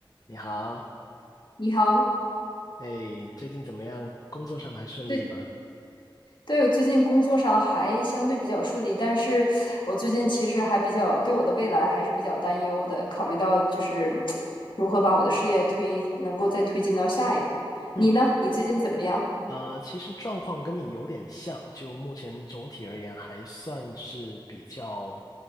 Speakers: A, on the left; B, on the left.
A: 你好，
B: 你好，
A: 哎，最近怎么样？工作上还顺利吗？
B: 对对，我最近工作上还相对比较顺利，但是我最近其实还比较对我的未来还是比较担忧的，考虑到就是 <tsk> 如何把我的事业推，能够再推进到下一步。
A: 嗯，
B: 你呢？你最近怎么样？
A: 呃，其实状况跟你有点像，就目前总体而言还算是比较